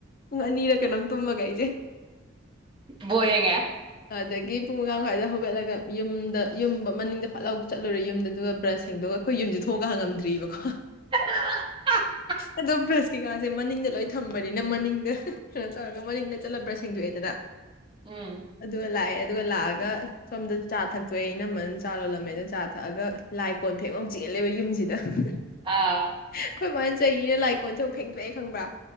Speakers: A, on the left (about 45°); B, on the right (about 25°).
A: ꯄꯨꯡ ꯑꯅꯤꯗ ꯀꯩꯅꯣꯝ ꯇꯨꯝꯃꯒ ꯑꯩꯁꯦ
B: ꯔꯦꯉ
A: ꯑꯗꯒꯤ ꯄꯨꯡ ꯃꯉꯥꯡ ꯃꯈꯋꯥꯏꯗ ꯍꯧꯒꯠꯂꯒ ꯌꯨꯝꯗ ꯌꯨꯝ ꯃꯅꯤꯡꯗ ꯄꯠꯂꯥꯎ ꯆꯠꯂꯨꯔꯦ ꯌꯨꯝꯗ ꯑꯗꯨꯒ ꯕ꯭ꯔꯁ ꯁꯦꯡꯗꯣꯛꯒ ꯑꯩꯈꯣꯏ ꯌꯨꯝꯁꯦ ꯊꯣꯡꯉ ꯍꯪꯉꯝꯗ꯭ꯔꯤꯕꯀꯣ
B: <unintelligible>
A: ꯑꯗꯣ ꯕ꯭ꯔꯁ ꯀꯩꯀꯥꯁꯦ ꯃꯅꯤꯡꯗ ꯂꯣꯏ ꯊꯝꯕꯅꯤꯅ ꯃꯅꯤꯡꯗ ꯀꯩꯅꯣ ꯇꯧꯔꯒ ꯃꯅꯤꯡꯗ ꯆꯠꯂꯕ꯭ꯔꯥ ꯁꯦꯡꯗꯣꯛꯑꯦꯗꯅ
B: ꯎꯝ
A: ꯑꯗꯨ ꯂꯑ ꯑꯗꯨꯒ ꯂꯥꯛꯑꯒ ꯁꯣꯝꯗ ꯆꯥ ꯊꯛꯇꯣꯛꯑꯦ ꯑꯩꯅꯃꯅ ꯆꯥ ꯂꯣꯜꯂꯝꯃꯦ ꯑꯣ ꯆꯥ ꯊꯛꯑꯒ ꯂꯥꯏ ꯀꯣꯟ ꯐꯦꯛꯃ ꯆꯦꯜꯂꯦꯕ ꯌꯨꯝꯁꯤꯗ ꯑꯩꯣꯏ
B: ꯑꯥ
A: ꯃꯥꯏꯟ ꯆꯩꯅꯤꯅ ꯂꯥꯏꯀꯣꯟꯦꯨꯛ ꯐꯦꯡꯗꯣꯛꯑꯦ ꯈꯪꯕ꯭ꯔꯥ